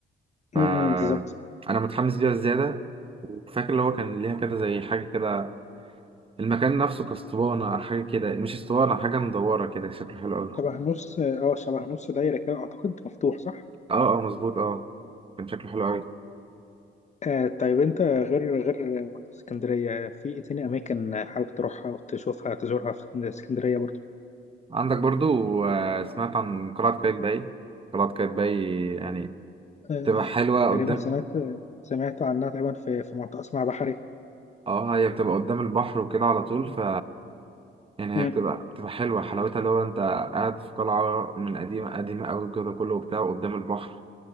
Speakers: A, on the right; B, on the left.
A: ف
B: م- م، بالظبط
A: انا متحمس ليها زياده وفاكر اللي هو كان ليها كده زي حاجه كده المكان نفسه كاسطوانه او حاجه كده مش اسطوانه حاجه مدوره كده شكله حلو قوي
B: شبه نص اه شبه نص دايره كده اعتقد مفتوح صح
A: اه اه مظبوط اه كان شكله حلو قوي
B: آه طيب انت غير غير مكتبة اسكندريه في ايه تاني اماكن حابب تروحها وتشوفها تزورها في اسكند- اسكندريه برضو
A: عندك برضو آه، سمعت عن قلعه قايتباي قلعه قايتباي يعني
B: آه
A: تبقى حلوة
B: تقريبا
A: قدام
B: سمعت سمعت عنها تقريبا في في منطقه اسمها بحري
A: اه هي بتبقى قدام البحر وكده على طول ف يعني
B: م.
A: هي بتبقى بتبقى حلوة حلاوتها لو انت قاعد في قلعة من قديمة قديمة قوي الجو ده كله وبتاع قدام البحر